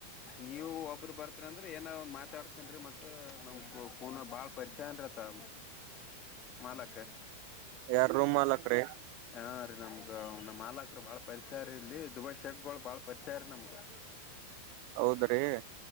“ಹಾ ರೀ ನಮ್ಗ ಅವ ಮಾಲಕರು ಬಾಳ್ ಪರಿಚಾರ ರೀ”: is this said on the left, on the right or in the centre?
Left